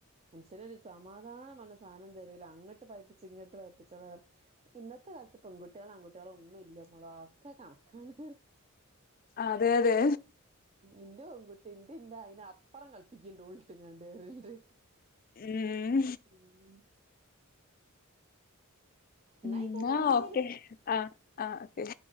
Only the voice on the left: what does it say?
അതെ അതെ
ഉം
എന്നാ ഓക്കെ
ആഹ ആഹ്